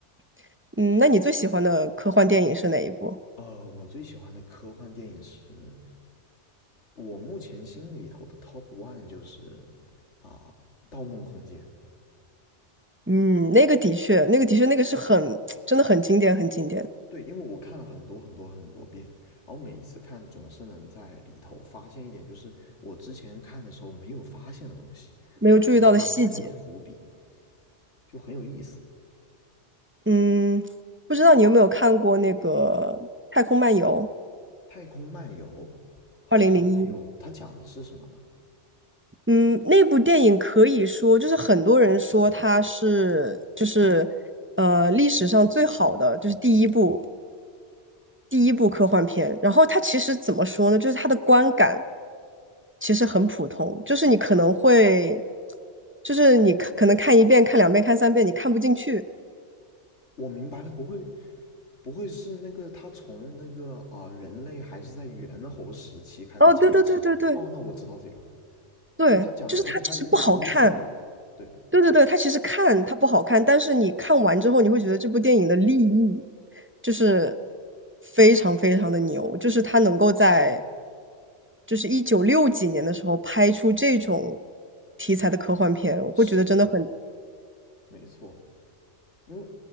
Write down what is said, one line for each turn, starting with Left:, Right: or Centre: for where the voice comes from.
Right: <laughs> 嗯，那你最喜欢的科幻电影是哪一部？
Left: 呃，我最喜欢的科幻电影是我目前心里头的 top one 就是啊，盗梦空间》。
Right: 嗯，那个的确，那个的确，那个是很 <tsk> 真的很经典，很经典，
Left: 对，因为我看了很多很多很多遍，然后每次看总是能在里头发现一点，就是我之前看的时候没有发现的东西，
Right: 没有注意到的细节。
Left: 还有一些没有发现的伏笔，就很有意思。
Right: 嗯，不知道你有没有看过那个《太空漫游》
Left: 太空漫游好像没有，
Right: 二零零一？
Left: 它讲的是什么呢？
Right: 嗯，那部电影可以说就是很多人说它是就是呃历史上最好的，就是第一部第一部科幻片。然后它其实怎么说呢？就是它的观感其实很普通，就是你可能会就是你看可能看一遍、看两遍、看三遍，你看不进去。
Left: 我明白了，不会不会是那个他从那个啊、人类还是在猿猴时期开始讲起？
Right: 哦，对对对对对
Left: 哦，那我知道这个。
Right: 对，
Left: 就他讲，
Right: 就是它其实不好看，
Left: 他最开始是讲 Lucy 的，对，
Right: 对对对，它其实看它不好看，但是你看完之后，你会觉得这部电影的立意就是非常非常的牛，就是它能够在
Left: 是，
Right: 就是一九六几年的时候拍出这种题材的科幻片，我会觉得真的很
Left: 是没错，因为